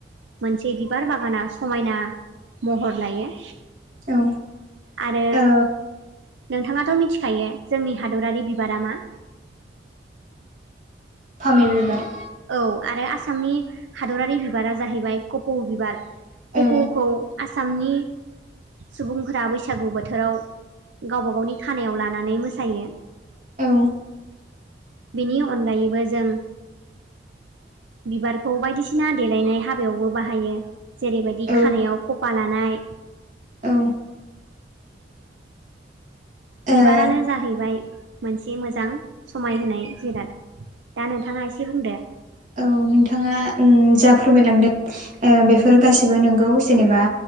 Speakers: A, on the right (about 80°); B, on the right (about 45°).
A: मोनसे बिबार बागाना समायना महर लायो
B: औ
A: आरो
B: ओ
A: नोंथाङाथ' मिथिखायो जोंनि हादरारि बिबारा मा
B: फामे बिबार
A: औ आरो आसामनि हादरारि बिबारा जाहैबाय कपौ' बिबार
B: औ
A: कपौखौ आसामनि सुबुंफोरा बैसागु बोथोराव गावबा गावनि खानायाव लानानै मोसायो
B: औ
A: बेनि अनगायैबो जों बिबारखौ बायदिसिना देलायनाय हाबायावबो बाहायो जेरैबायदि
B: औ
A: खानायाव खफा लानाय
B: औ
A: बिबारानो
B: औ
A: जाहैबाय मोनसे मोजां समायहोनाय जिराद दा नोंथाङा एसे बुंदो
B: औ नोंथाङा उम जा फोरमायलांदों बेफोर गासिबो नंगौ जेनेबा